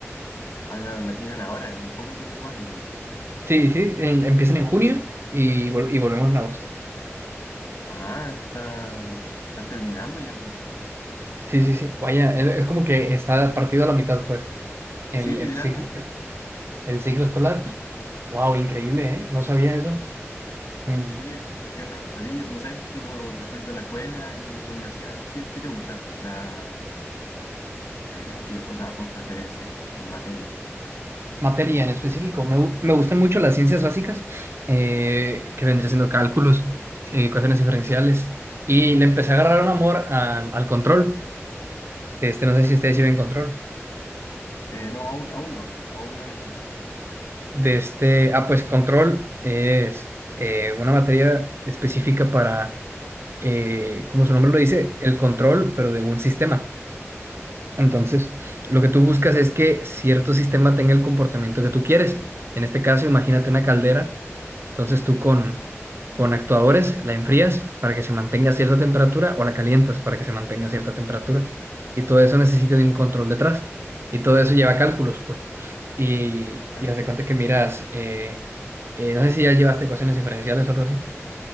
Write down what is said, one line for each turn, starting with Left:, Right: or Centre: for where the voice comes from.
Left: Ah, claro, la tienen ahora, en poco tiempo más entonces.
Right: Sí, sí, en- empiezan en junio y, vol- y volvemos en agosto.
Left: Ah, está, estás terminando ya entonces.
Right: Sí, sí, sí. Vaya, es, es como que está partido a la mitad, pues, el,
Left: Sí, literalmente.
Right: el ciclo. El ciclo escolar. Wow, increíble, ¿eh? No sabía eso. Mm,
Left: Sí, es es bien raro. A ti, no sé, tipo, respecto a la escuela y la universidad, ¿qué, qué te gusta? La, eh, que, o sea, por preferencia, materia.
Right: Materia en específico. Me, gu- me gustan mucho las ciencias básicas, eh, que vendría siendo cálculos, eh, ecuaciones diferenciales. Y le empecé a agarrar un amor al, al control. De este, no sé si ustedes sí ven control.
Left: Eh, no, aún, aún no, aún no he visto eso.
Right: De este, ah, pues control es eh, una materia específica para, eh, como su nombre lo dice, el control, pero de un sistema. Entonces, lo que tú buscas es que cierto sistema tenga el comportamiento que tú quieres. En este caso, imagínate una caldera. Entonces, tú con, con actuadores la enfrías para que se mantenga a cierta temperatura o la calientas para que se mantenga a cierta temperatura. Y todo eso necesita de un control detrás. Y todo eso lleva cálculos, pues. Y,
Left: Claro.
Right: y haz de cuenta que miras, eh, eh, no sé si ya llevaste ecuaciones diferenciales o algo así.